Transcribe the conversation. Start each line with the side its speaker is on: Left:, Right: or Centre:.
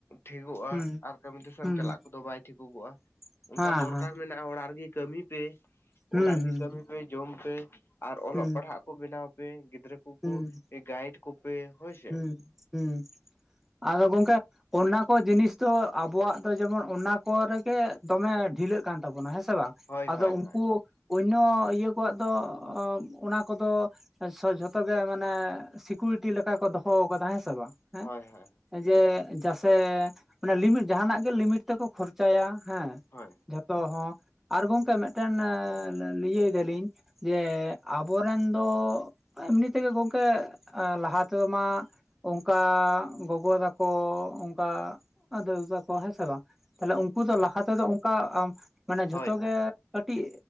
Left: ᱴᱷᱤᱠᱚᱜᱼᱟ
Centre: ᱦᱩᱸ
Left: ᱟᱨ ᱠᱟᱹᱢᱤ ᱴᱤᱥᱮᱢ
Centre: ᱦᱩᱸ
Left: ᱫᱤᱥᱚᱢ ᱪᱟᱞᱟᱜ
Centre: ᱦᱮᱸ
Left: ᱠᱚᱫᱚ ᱵᱟᱭ ᱴᱷᱤᱠᱚᱜᱚᱜᱼᱟ
Centre: ᱦᱮᱸ
Left: ᱚᱱᱠᱟ ᱫᱚᱨᱠᱟᱨ ᱢᱮᱱᱟᱜᱼᱟ᱾ ᱢᱮᱱᱟᱜᱼᱟ ᱚᱲᱟᱜ ᱨᱮᱜᱮ ᱠᱟᱹᱢᱤ ᱯᱮ
Centre: ᱦᱩᱸ
Left: ᱚᱲᱟᱜ ᱨᱮᱜᱮ ᱠᱟᱹᱢᱤ ᱯᱮ ᱡᱚᱢ ᱯᱮ ᱟᱨ ᱚᱞᱚᱜ
Centre: ᱦᱩᱸ
Left: ᱯᱟᱲᱦᱟᱜ ᱠᱚ ᱵᱮᱱᱟᱣ ᱯᱮ ᱜᱤᱫᱽᱨᱟᱹ ᱠᱚᱠᱚ
Centre: ᱦᱩᱸ ᱦᱩᱸ
Left: ᱜᱟᱭᱤᱰ ᱠᱚᱯᱮ ᱦᱳᱭ ᱥᱮ
Centre: ᱦᱩᱸ ᱦᱩᱸ ᱟᱫᱚ ᱜᱚᱢᱠᱮ ᱚᱱᱟ ᱠᱚ ᱡᱤᱱᱤᱥ ᱫᱚ ᱟᱵᱚᱣᱟᱜ ᱫᱚ ᱡᱮᱢᱚᱱ ᱚᱱᱟ ᱠᱚᱨᱮᱜᱮ ᱫᱚᱢᱮ ᱰᱷᱤᱞᱟᱹᱜ ᱠᱟᱱ ᱛᱟᱵᱚᱱᱟ ᱦᱮᱸ ᱥᱮ ᱵᱟᱝ
Left: ᱦᱳᱭ
Centre: ᱟᱫᱚ
Left: ᱦᱳᱭ
Centre: ᱩᱱᱠᱩ
Left: ᱦᱳᱭ
Centre: ᱚᱱᱱᱚ ᱤᱭᱟᱹ ᱠᱚᱣᱟᱜ ᱫᱚ ᱚᱱᱟ ᱠᱚᱫᱚ᱾ ᱥᱮ ᱡᱷᱚᱛᱚ ᱜᱮ ᱢᱟᱱᱮ ᱥᱤᱠᱩᱨᱤᱴᱤ ᱞᱮᱠᱟ ᱠᱚ ᱫᱚᱦᱚ ᱠᱟᱫᱟ ᱦᱮᱸ ᱥᱮ ᱵᱟᱝ ᱦᱮᱸ
Left: ᱦᱳᱭ ᱦᱳᱭ
Centre: ᱡᱮ ᱡᱟᱥᱮ ᱚᱱᱟ ᱞᱤᱢᱤᱴᱱ ᱡᱟᱸᱦᱟᱱᱟᱜ ᱜᱮ ᱞᱤᱢᱤᱴ ᱛᱮᱠᱚ ᱠᱷᱚᱨᱪᱟᱭᱟ ᱦᱮᱸ᱾
Left: ᱚᱸ-ᱡ ᱾
Centre: ᱡᱷᱚᱛᱚ ᱦᱚᱸ ᱟᱨ ᱜᱚᱝᱠᱮ ᱢᱤᱫᱴᱮᱱ ᱤᱭᱟᱹᱭ ᱫᱟᱞᱤᱧ ᱡᱮ ᱟᱵᱚᱨᱮᱱ ᱫᱚ ᱮᱢᱱᱤ ᱛᱮᱜᱮ ᱜᱚᱝᱠᱮ ᱞᱟᱦᱟ ᱛᱮᱫᱢᱟ ᱚᱱᱠᱟ ᱜᱚᱜᱚ ᱛᱟᱠᱚ ᱚᱱᱠᱟ ᱫᱟᱹᱭ ᱛᱟᱠᱚ ᱦᱮᱸ ᱥᱮ ᱵᱟᱝ ᱛᱟᱦᱞᱮ ᱩᱱᱠᱩ ᱫᱚ ᱞᱟᱦᱟ ᱛᱮᱫᱚ ᱚᱱᱠᱟ ᱢᱟᱱᱮ ᱡᱷᱚᱛᱚ
Left: ᱦᱳᱭ ᱦᱳᱭ
Centre: ᱜᱮ ᱠᱟᱹᱴᱤᱡ